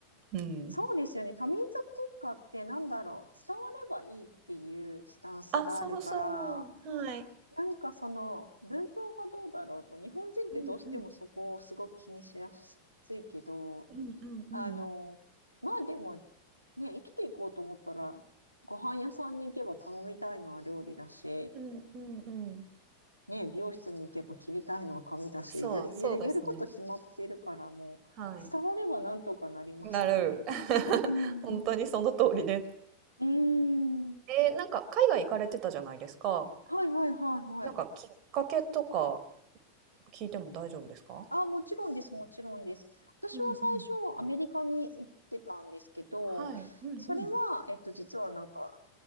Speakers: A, on the right; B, on the right.
A: うん。
B: そうですよね。多民族国家ってなんだろう。伝わればいいっていうスタンスがあるから、
A: あ、そうそう、はい。
B: なんかその文法がどうだろうと、日本人ってどうしてもそこをすごく気にしやすいけど、
A: うんうん。うんうんうん。
B: あの、まあでもね、生きていこうと思ったら、ご飯屋さんに行けば頼みたいのは料理だし、
A: うんうんうん。
B: ね、美容室に行けば切りたいのは髪だし、
A: そう、
B: やり、
A: そうですね。
B: やり、やること決まってるから、もう、
A: はい。
B: 伝わればなんとかなりますよね。
A: なる。<laughs>
B: うん
A: 本当にその通りです。
B: うん。ーん。
A: えー、なんか海外行かれてたじゃないですか。
B: はいはいはいはい。
A: なんかきっかけとか聞いても大丈夫ですか？
B: あ、もちろんです、もちろんです。私は最初、
A: うんうん。
B: アメリカに行ってたんですけど、
A: はい。うんうん。
B: それは、えっと、実はなんか、